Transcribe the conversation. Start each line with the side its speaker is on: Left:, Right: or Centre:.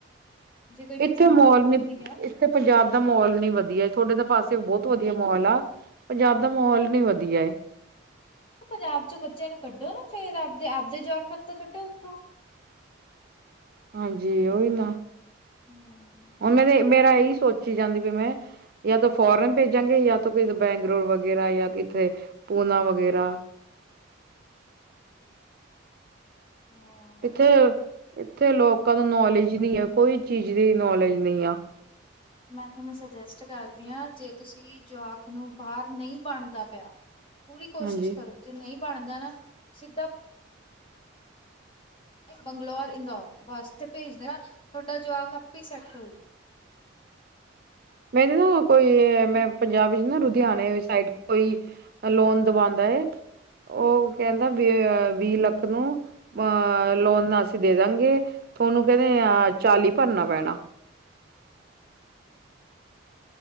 Left: ਜੇ ਕੋਈ
Right: ਏਥੇ
Left: ਪਛਾਣ
Right: ਮਾਹੌਲ
Left: ਨਿਕਲਦੀ
Right: ਨੀ
Left: ਆ
Right: ਏਥੇ ਪੰਜਾਬ ਦਾ ਮੌਲ ਨੀ ਵਧੀਆ ਥੋਡੇ ਤਾਂ ਪਾਸੇ ਬਹੁਤ- ਵਧੀਆ ਮੌਲ ਆ ਪੰਜਾਬ ਦਾ ਮਾਹੌਲ ਨੀ ਵਧੀਆ ਏ।
Left: ਪੰਜਾਬ ਚ ਬੱਚਿਆਂ ਨੂੰ ਕੱਢੋ ਨਾ ਫੇਰ ਆਵਦੇ ਆਵਦੇ ਜਵਾਕਾਂ ਨੂੰ ਤਾਂ ਕੱਢੋ ਉੱਥੋਂ।
Right: ਹਾਂਜੀ ਉਹੀ ਨਾ
Left: ਹੂੰ।
Right: ਹੁਣ ਮੇ ਮੇਰਾ ਇਹੀ ਸੋਚੀ ਜਾਂਦੀ ਵੀ ਮੈਂ ਯਾ ਤਾਂ ਫੋਰਨ ਭੇਜਾਂਗੇ ਜਾਂ ਤ ਬੈਂਗਲੋਰ ਵਗੈਰਾ ਯਾ ਕਿਥੇ ਪੂਨਾ ਵਗੈਰਾ
Left: ਹਾਂ
Right: ਇੱਥੇ
Left: ਨਹੀਂ
Right: -ਇੱਥੇ ਲੋਕ ਨੂੰ ਨੌਲੇਜ ਨਹੀਂ ਆ ਕੋਈ ਚੀਜ਼ ਦੀ ਨੌਲੇਜ ਨਹੀਂ ਆ
Left: ਮੈਂ ਤੁਹਾਨੂੰ ਸੁਜੈਸਟ ਕਰਦੀ ਹਾਂ ਜੇ ਤੁਸੀਂ ਜੋਵਾਕ ਨੂੰ ਬਾਹਰ ਨਹੀਂ ਬਣਦਾ ਪਿਆ ਪੂਰੀ ਕੋਸ਼ਿਸ਼
Right: ਹਾਂਜੀ
Left: ਕਰੋ ਜੇ ਨਹੀਂ ਬਣਦਾ ਨਾ ਸਿੱਧਾ ਬੰਗਲੌਰ ਇੰਦੌਰ ਵਾਸਤੇ ਭੇਜਦੇਨਾ ਤੁਹਾਡਾ ਜਵਾਕ ਆਪੇ ਸੈੱਟਲ ਹੋ ਜੂ
Right: ਮੇਰੇ ਨਾ ਕੋਈ ਮੈਂ
Left: ਹਨਾ।
Right: ਪੰਜਾਬ ਵਿੱਚ ਨਾ ਰੁ ਲੁਧਿਆਣਾ ਸਾਈਡ ਕੋਈ ਲੋਨ ਦਵਾਉਦਾ ਹੈ ਉਹ ਕਹਿੰਦਾ
Left: ਹਾਂਜੀ।
Right: ਵੀ ਵੀਹ ਲੱਖ ਨੂੰ ਅਹ ਲੋਨ ਅਸੀਂ ਦੇ ਦਵਾਂਗੇ ਤੁਹਾਨੂੰ ਕਹਿੰਦੇ ਆ ਚਾਲੀ ਭਰਨਾ ਪੈਣਾ